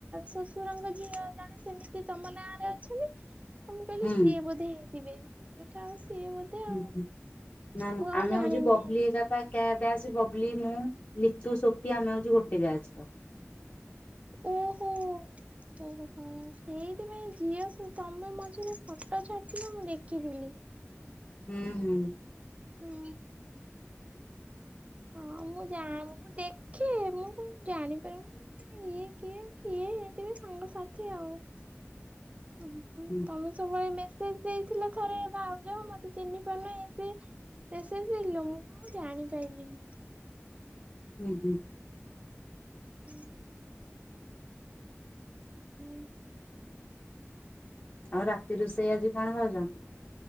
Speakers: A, on the right; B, on the left.
A: ଶଶୁରଙ୍କ ଝିଅ ଜାଣେ ସେମିତି ତମ ନାଁରେ ଅଛନ୍ତି। ତ ମୁଁ କହିଲି
B: ହୁଁ
A: ସିଏ ବୋଧେ ହେଇଥିବେ ମୁଁ ଏଇଟା ଆଉ। ସିଏ ବୋଧେ ଆଉ।
B: ହୁଁ ହୁଁ ନା ନା
A: ମୁଁ ଆଉ
B: ଆମେ
A: ଜାଣିନି।
B: ହଉଛୁ ବବୁଲି ହେଯା ପାଇଁ ବ୍ୟାଜ ବବଲି ମୁଁ ଲିଚୁ ସୋଫି ଆମେ ହଉଛି ଗୋଟେ ବ୍ୟାଜ ର
A: ଓହୋ ଓ ହଁ ସେଇ ତ ମ ଝିଅ ତମେ ମଝିରେ ଫଟୋ ଛାଟିଲ ମୁଁ ଦେଖିଥିଲି।
B: ହୁଁ ହୁଁ।
A: ହଁ। ହଁ ମୁଁ ଯା ମୁଁ ଦେଖେ ମୁଁ କଣ ଜାଣିପାରିବି। ଇଏ କିଏ! କିଏ ହେଇଥିବେ ସାଙ୍ଗ ସାଥି ଆଉ। ଓହୋଃ,
B: ହୁଁ।
A: ତମେ ସବୁବେଳେ ମେସେଜ ଦେଇଥିଲ ଥରେ ଭାଉଜ ମତେ ଚିହ୍ନି ପାରୁନ ଇଏ ସିଏ। ମେସେଜ ଦେଖିଲି ମୁଁ ଜାଣିପାରିଲିନି।
B: ହୁଁ ହୁଁ।
A: ହୁଁ। ହୁଁ।
B: ଆଉ ରାତି ରୋଷେଇ ଆଜି କଣ ଭାଉଜ।